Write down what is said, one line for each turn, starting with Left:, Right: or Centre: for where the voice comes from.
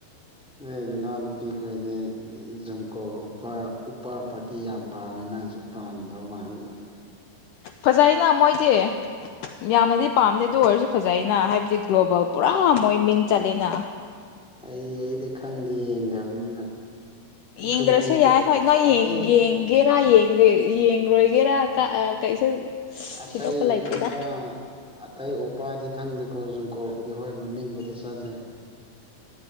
Centre: ꯅ ꯑꯗꯨꯅ ꯅꯨꯄꯤꯈꯣꯏꯗꯤ ꯖꯨꯝꯀꯣꯛ ꯎꯄꯥ ꯄꯥꯔꯇꯤ ꯌꯥꯝ ꯄꯥꯝꯃꯦ ꯅꯪꯁꯨ ꯄꯥꯝꯃꯗꯧ ꯃꯥꯟꯗ
Left: ꯐꯖꯩꯅ ꯃꯣꯏꯗꯤ ꯌꯥꯝꯅꯗꯤ ꯄꯥꯝꯗꯦ ꯑꯗꯨ ꯑꯣꯏꯔꯁꯨ ꯐꯖꯩꯅ ꯍꯥꯏꯕꯗꯤ ꯒ꯭ꯂꯣꯕꯦꯜ ꯄꯨꯔꯥ ꯃꯣꯏ ꯃꯤꯡ ꯆꯠꯂꯦꯅ
Centre: ꯑꯩ ꯑꯩꯗꯤ ꯈꯪꯗꯦ ꯌꯦꯡꯗꯕꯅꯤꯅ
Left: ꯌꯦꯡꯗ꯭ꯔꯁꯨ
Centre: ꯖꯨꯡꯀꯣꯛꯄꯨ
Left: ꯌꯥꯏ ꯍꯣꯏ ꯅꯣꯏ
Centre: ꯑꯇꯩ
Left: ꯌꯦꯡꯒꯦꯔꯥ ꯌꯦꯡꯒꯦ ꯌꯦꯡꯣꯏꯒꯦꯔꯥ ꯀꯩꯁꯨ
Centre: ꯑꯇꯩ
Left: ꯊꯤꯗꯣꯛꯄ ꯂꯩꯇꯦꯗ
Centre: ꯎꯄꯥ ꯑꯇꯩ ꯎꯄꯥꯗꯤ ꯈꯪꯗꯀꯣ ꯨꯝ ꯀꯧꯕ ꯑꯗꯨ ꯍꯣꯏ ꯃꯃꯤꯡꯕꯨꯗꯤ ꯆꯜꯂꯦ